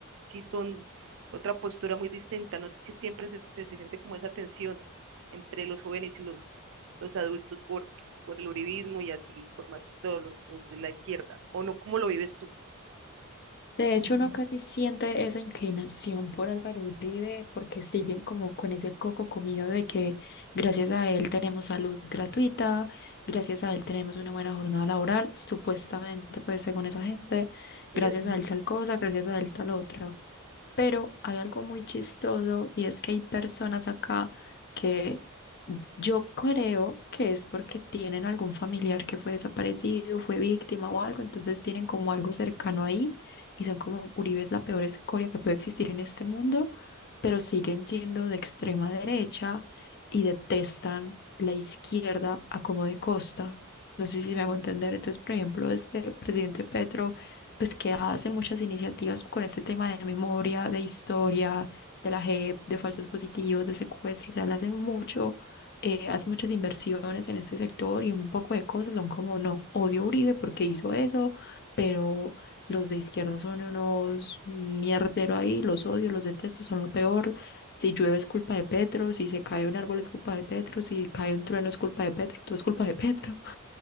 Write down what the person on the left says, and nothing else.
De
hecho, uno casi siente esa inclinación por Álvaro Uribe porque siguen como con ese coco comido de que gracias a él tenemos salud gratuita, gracias a él tenemos una buena jornada laboral, supuestamente, pues según esa gente,
gracias a él tal cosa, gracias a él tal otra. Pero hay algo muy chistoso y es que hay personas acá que yo creo que es porque tienen algún familiar que fue desaparecido, fue víctima o algo, entonces tienen como algo cercano ahí y son como Uribe es la peor escoria que puede existir en este mundo, pero siguen siendo de extrema derecha y detestan la izquierda a como de costa. No sé si me hago entender. Entonces, por ejemplo, este presidente Petro pues que hace muchas iniciativas con este tema de memoria, de historia, de la JEP, de falsos positivos, de secuestros, o sea, él hace mucho, eh, hace muchas inversiones en este sector y un poco de cosas son como, no, odio a Uribe porque hizo eso, pero los de izquierda son unos mierdero ahí, los odio, los detesto, son lo peor. Si llueve es culpa de Petro, si se cae un árbol es culpa de Petro, si cae un trueno es culpa de Petro, todo es culpa de Petro.